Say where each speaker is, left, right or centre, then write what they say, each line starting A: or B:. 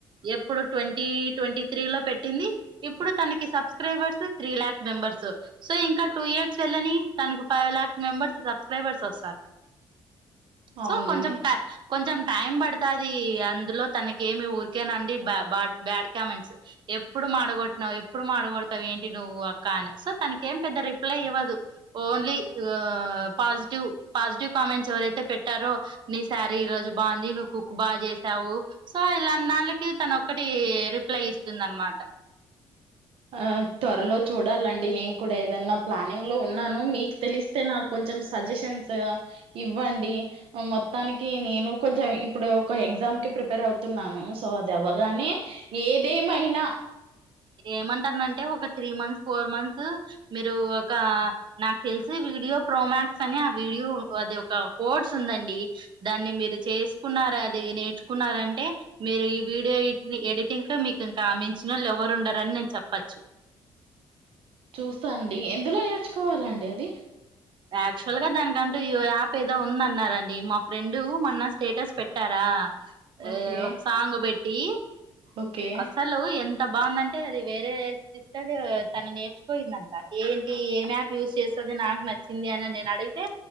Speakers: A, on the right; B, on the right.
A: ఎప్. ఇప్పుడు ట్వంటీ ట్వంటీ త్రీ లో పెట్టింది ఇప్పుడు తనకి. Subscribers three lakh. మెంబర్. స్. సో ఇంకా టూ ఇయర్స్ వేళ్ళని తనకు ఫైవ్ లాక్ మెంబర్స్ సబ్స్క్రైబర్స్ వస్తారు.
B: అవునండి
A: సో కొంచం టా కొంచం. టైమ్ బడ్ తాది అందులో తనకి. ఏమి ఊరికేనండి బ బ్యా బ్యాడ్ కామెంట్స్ ఎప్పుడు మాడగొట్టినవ్ ఎప్పుడు మాడగొడతావు ఏంటి నువ్వు అక్క అని సో తనకేం పెద్ద రిప్లై ఇవ్వదు. ఓన్లీ ఓ పాజిటివ్ పాజిటివ్ కామెంట్స్ ఎవరైతే పెట్ టారో నీసారి ఈ రోజు బాగుంది నువ్వు కుక్ బాగా చేసావు. సో ఇలాంటి దాండ్లకి తనొక్కటి రిప్లై ఇస్తుందనమాట
B: ఆ త్వరలో చూడాలండి నేను కూడా ఏదన్నా ప్లానింగ్ లో ఉన్నాను మీకు తెలిస్తే నాకు కొంచెం సజెషన్స్ ఇవ్వండి మొత్తానికి నేను కొంచెం ఇప్పుడు ఒక ఎగ్జామ్కిి ప్రిపేర్ అవుతున్నాను సో ఇదవ్వగానే ఏదేమైనా
A: ఏమంటందంటే ఒక త్రీ మంత్స్ ఫోర్ మంత్స్ మీరు ఒక నాకు తెలిసి వీడియో ప్రోమాక్స్ అని ఆ వీడియో అది ఒక కోడ్స్ ఉందండి దాన్ని మీరు చేసుకున్నారు అది నేర్చుకున్నారంటే మీరు ఈ వీడియో ఎడిటింగ్కు మీకు ఇంకా మించినోళ్ళు ఎవ్వరుండరని నేను చెప్పచ్చు.
B: చూస్తా అండి ఎందులో నేర్చుకోవాలండి అది
A: యాక్చువల్గా దానికంటూ ఈ యాప్ ఏదో ఉందన్నారండి మా ఫ్రెండ్ మొన్న స్టేటస్ పెట్టారా ఆ
B: ఓకే
A: ఒక సాంగ్ పెట్టి
B: ఓకే
A: అసలు ఎం ఎంత బాగుందంటే అది వేరే సిస్టర్ తన నేర్చుకోయిందంట ఏంటి ఏం యాప్ యూస్ చేస్తుంది. నాకు నచ్చింది అని నేను అడిగితే